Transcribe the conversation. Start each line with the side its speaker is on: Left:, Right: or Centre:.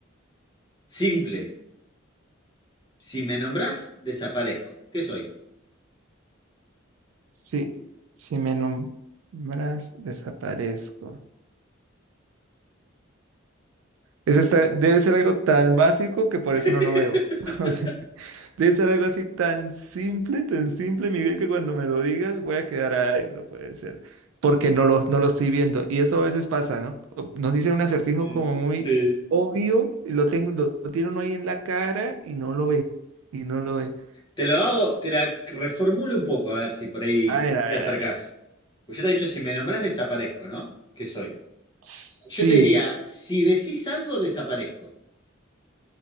Left: Simple. Si me nombrás, desaparezco. ¿Qué soy?
Right: Sí, si me nombras, desaparezco. Eso está- debe ser algo tan básico que por
Left: <laughs>
Right: eso no lo veo. <laughs> O sea, debe ser algo así tan simple, tan simple, Miguel, que cuando me lo digas voy a quedar, ay, no puede ser, porque no lo, no lo estoy viendo. Y eso a veces pasa, ¿no? Co- Nos dicen un acertijo
Left: Sí.
Right: como muy
Left: Sí.
Right: obvio, y lo tengo, lo, lo tiene uno ahí en la cara y no lo ve, y no lo ve.
Left: Te lo hago, te la reformulo un poco, a ver si por ahí
Right: A ver, a
Left: te
Right: ver,
Left: acercás.
Right: a ver.
Left: Pues yo te he dicho, si me nombrás, desaparezco, ¿no? ¿Qué soy?
Right: Sí.
Left: Yo te diría, si decís algo, desaparezco.